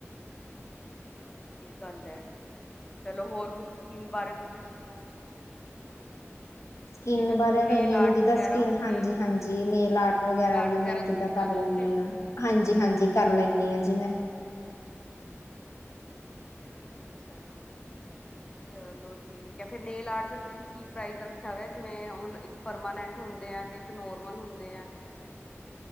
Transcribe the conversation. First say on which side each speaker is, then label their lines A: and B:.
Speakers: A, on the left; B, on the left.
A: ਏ ਗੱਲ ਹੈ, ਚਲੋ ਹੋਰ ਕੁਛ ਸਕੀਮ ਬਾਰੇ ਤੁਸੀਂ ਦੱਸੋ
B: ਸਕਿੰਨ
A: ਜਿਵੇਂ ਤੁਸੀਂ
B: ਬਾਰੇ
A: ਨੇਲ
B: ਕਈਆਂ
A: ਆਰਟ
B: ਦੀ ਜਿਦਾਂ
A: ਵਗੈਰਾ
B: ਸਕਿਨ,
A: ਹੋ
B: ਹਾਂਜੀ
A: ਗਈ
B: ਹਾਂਜੀ ਨੇਲ ਆਰਟ ਵਗੈਰਾ
A: ਨੇਲ ਆਰਟ
B: ਵੀ ਮੈਂ
A: ਤੁਸੀਂ
B: ਜਿਦਾਂ ਕਰ ਲੈਨ
A: ਲੈਂਦੇ ਹੋ
B: ਹਾਂਜੀ ਹਾਂਜੀ ਕਰ ਲੈਂਨੀ ਆ, ਜੀ ਮੈਂ
A: ਅੱਛਾ ਜੀ ਚਲੋ ਠੀਕ ਹੈ, ਫਿਰ ਨੇਲ ਆਰਟ ਚ ਤੁਸੀਂ ਕੀ ਪ੍ਰਾਈਜ਼ ਰੱਖਿਆ ਹੋ ਜਿਵੇ ਹੁਨ ਇੱਕ ਪਰਮਾਨੈਂਟ ਹੁੰਦੇ ਆ ਤੇ ਇੱਕ ਨੋਰਮਲ ਹੁੰਦੇ ਏ